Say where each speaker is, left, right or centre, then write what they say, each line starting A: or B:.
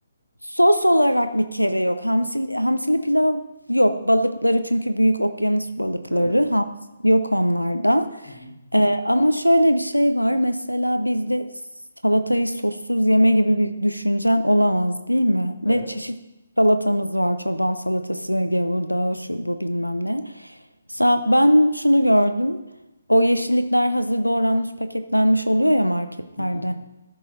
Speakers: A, on the left; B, on the left.
A: Sos olarak bir kere yok. Hamsili, hamsili pilav yok. Balıkları çünkü büyük okyanus balıkları.
B: Evet.
A: Hamsi yok onlarda.
B: Hı hı.
A: Ee, ama şöyle bir şey var. Mesela bizde salatayı sossuz yeme gibi bir düşüncen olamaz değil mi?
B: Evet.
A: Ve çeşit salatamız var. Çoban salatası, gevurdağı, şu bu bilmem ne. Sa ben şunu gördüm. O yeşillikler hazır doğranmış, paketlenmiş oluyor ya marketlerde.
B: Hı hı.